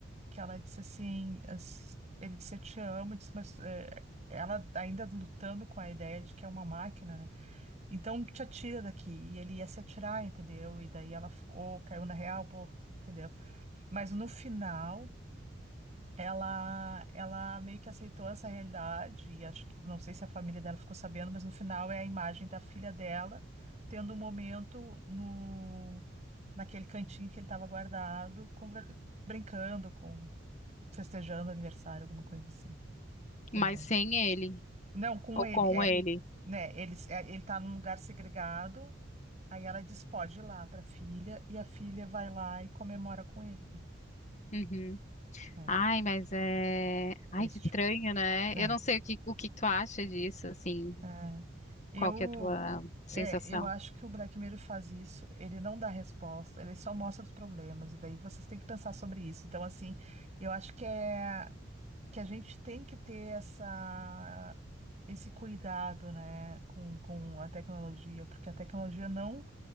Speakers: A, on the right; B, on the left.
A: que ela disse assim, as- ele disse, eu te amo, disse, mas é, ela ainda lutando com a ideia de que é uma máquina, né? Então te atira daqui. E ele ia se atirar, entendeu? E daí ela ficou, caiu na real, pô, entendeu? Mas no final. Ela, ela meio que aceitou essa realidade, e acho que, não sei se a família dela ficou sabendo, mas no final é a imagem da filha dela tendo um momento no, naquele cantinho que ele estava guardado, conver- brincando com festejando aniversário, alguma coisa assim, entendeu?
B: Mas sem ele,
A: Não, com
B: ou
A: ele,
B: com
A: é,
B: ele.
A: né, eles, é, ele tá num lugar segregado, aí ela diz, pode ir lá pra filha, e a filha vai lá e comemora com ele,
B: Uhum.
A: né?
B: Ai,
A: É,
B: mas é. Ai,
A: triste,
B: que estranho, né?
A: né?
B: Eu não sei o que, o que tu acha disso, assim.
A: É. Eu,
B: Qual que é a tua sensação?
A: é, eu acho que o Black Mirror faz isso, ele não dá resposta, ele só mostra os problemas, e daí vocês têm que pensar sobre isso. Então, assim, eu acho que é. que a gente tem que ter essa, esse cuidado, né, com, com a tecnologia, porque a tecnologia não